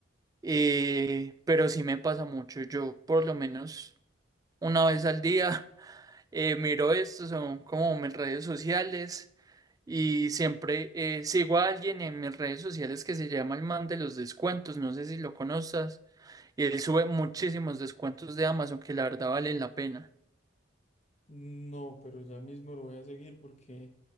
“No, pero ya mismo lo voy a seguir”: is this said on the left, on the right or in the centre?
Left